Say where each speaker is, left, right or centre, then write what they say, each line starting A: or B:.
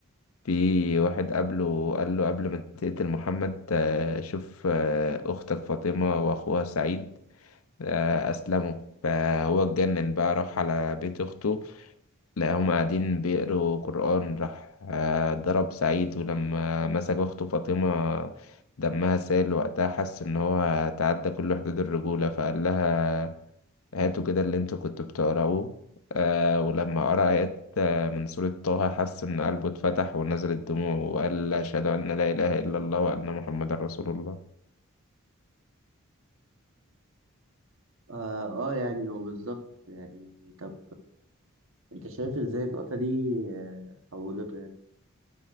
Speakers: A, on the left; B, on the right.
A: في واحد قبله قال له قبل ما تقتل محمد آه، شوف آه، أختك فاطمة وأخوها سعيد آه، أسلموا فهو اتجنن بقى راح على بيت أخته لقاهم قاعدين بيقروا قرآن راح آه، ضرب سعيد ولما مسك أخته فاطمة دمها سال وقتها حس إن هو تعدى كل حدود الرجولة فقال لها هاتوا كده اللي انتوا كنتوا بتقرأوه آه ولما قرأ آيات آه، من سورة طه حس إن قلبه اتفتح ونزلت دموعه وقال أشهد أن لا إله إلا الله وأن محمد رسول الله
B: اه, آه يعني هو بالظبط يعني طب انت شايف ازاي النقطة دي آه، حولته يعني